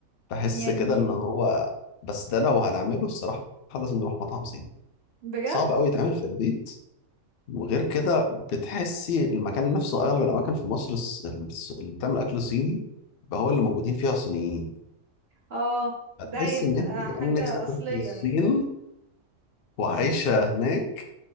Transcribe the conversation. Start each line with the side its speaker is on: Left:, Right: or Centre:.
Left: بحس
Right: يعني
Left: كده ان هو بس ده لو هنعمله الصراحه لازم نروح مطعم صيني
Right: بجد
Left: صعب قوي يتعمل في البيت وغير كده بتحسي المكان نفسه اغلب الاماكن في مصر الس- الس- اللي بتعمل اكل صيني بقى هو اللي موجودين فيها صينيين
Right: اه فده
Left: هتحسي
Right: هيبقى
Left: ان انت كانك
Right: حاجة
Left: سافرتي
Right: أصلية
Left: الصين
Right: يعني
Left: وعايشه هناك